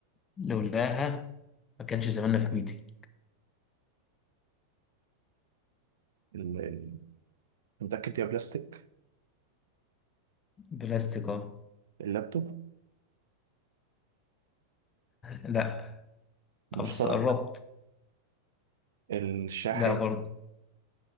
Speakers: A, on the left (about 20°); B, on the right (about 60°).
A: لولاها ما كانش زماننا في ميتي
B: ال... ال... متأكد يا بلاستيك
A: بلاستيك أه
B: اللابتوب
A: لأ
B: المشترك
A: آه، بس قربت
B: الشاحن
A: لأ برضه